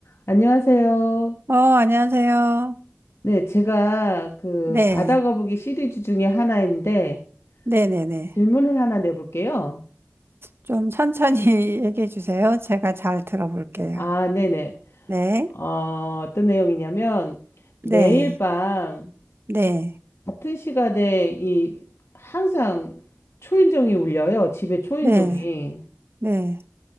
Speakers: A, on the left; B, on the right.
A: 안녕하세요.
B: 어, 안녕하세요.
A: 네, 제가 그
B: 네.
A: 바다 거북이 시리즈 중에 하나인데
B: 네네네.
A: 질문을 하나 내볼게요.
B: 좀 천천히 <laughs> 얘기해 주세요. 제가 잘 들어볼게요.
A: 아, 네네.
B: 네.
A: 어, 어떤 내용이냐면 매일
B: 네.
A: 밤
B: 네.
A: 같은 시간에 이 항상 초인종이 울려요. 집에 초인종이.
B: 네. 네.